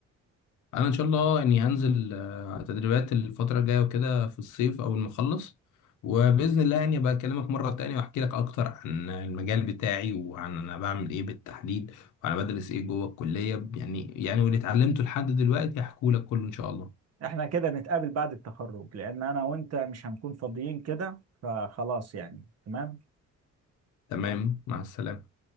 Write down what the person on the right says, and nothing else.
احنا كده نتقابل بعد التخرج لان انا وانت مش هنكون فاضيين كده فخلاص يعني تمام